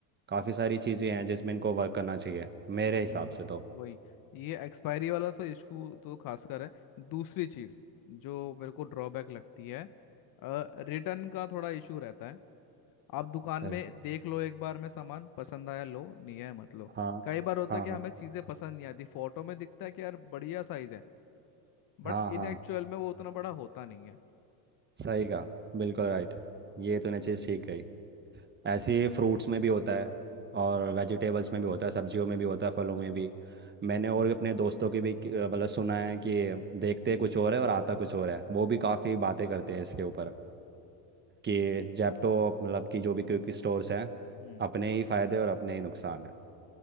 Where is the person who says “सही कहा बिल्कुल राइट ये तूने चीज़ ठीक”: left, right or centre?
Right